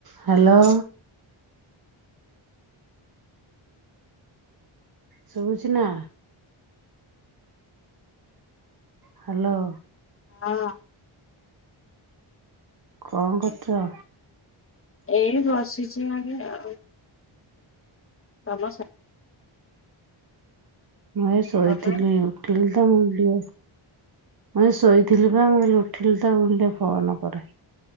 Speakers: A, on the right; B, on the left.
A: Hello. ଶୁଭୁଛି ନା? Hello.
B: ହଁ।
A: କଣ କରୁଛ?
B: ଏଇ ବସିଛି ଆଗେ ଆଉ କାମ ସାର୍
A: ମୁଁ ଶୋଇଥିଲି
B: ତମେ
A: ଉଠିଲି ତ ଏବେ ମୁଇଁ ଶୋଇଥିଲି ବା ମୁଁ ଉଠିଲି ତା ବୁଲିଲେ ଫୋନ କରେ।